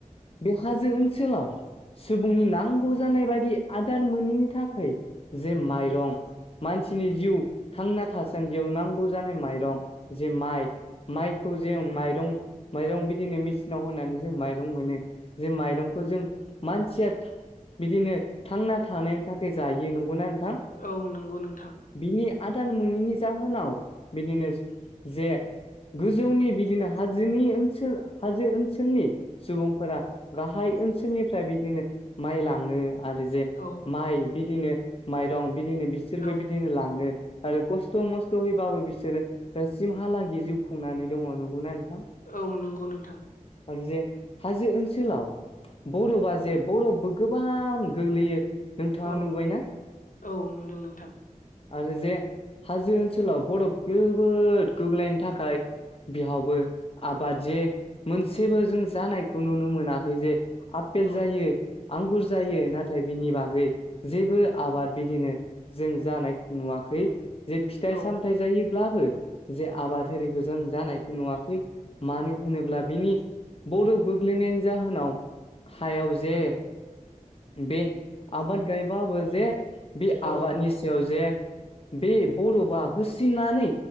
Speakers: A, on the left; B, on the left.
A: बे हाजो ओनसोलाव सुबुंनि नांगौ जानाय बायदि आदार मोनैनि थाखाय जे माइरं मानसिनि जिउ थांना थासान्दियाव नांगौ जानाय माइरं जे माइ माइखौ जों माइरं माइरं बिदिनो मेचिनाव होनानै जों माइरं मोनो जे माइरंखौ जों मानसिया बिदिनो थांना थानायनि थाखाय जायो नंगौना नोंथां
B: औ नंगौ नोंथां
A: बिनि आदार मोनोनि जाहोनाव बिदिनो जे गोजौनि बिदिनो हाजोनि ओनसोल हाजो ओनसोलनि सुबुंफोरा गाहाय ओनसोलनिफ्राय बिदिनो माइ लाङो आरो जे
B: औ
A: माइ बिदिनो माइरं बिदिनो बिसोरबो
B: औ
A: बिदिनो लाङो आरो खस्थ' मस्थ' हैबाबो बिसोरो दासिमहालागि जिउ खुंनानै दङ नंगौना नोंथां
B: औ नंगौ नोंथां
A: आरो जे हाजो ओनसोलाव बरबा जे बरबबो गोबां गोग्लैयो नोंथाङा
B: औ
A: नुबायना?
B: औ नुदों नोंथां
A: आरो जे हाजो ओनसोलाव बरफ जोबोद गोग्लैनायनि थाखाय खाय बिहावबो आबाद जे मोनसेबो जों जानायखौ नुनो मोनाखै जे आपेल
B: औ
A: जायो आंगुर जायो नाथाय बिनि बागै जेबो आबाद बिदिनो जों जानायखौ नुवाखै जे फिथाइ
B: औ
A: सामथायाइ जायोब्लाबो जे आबाद एरिखौ जों जानायखौ नुवाखै मानो होनोब्ला बिनि बरप गोग्लैनायनि जाहोनाव हायाव जे बे आबाद गायबाबो जे बे
B: औ
A: आबादनि सायाव जे बे बरफआ होसिननानै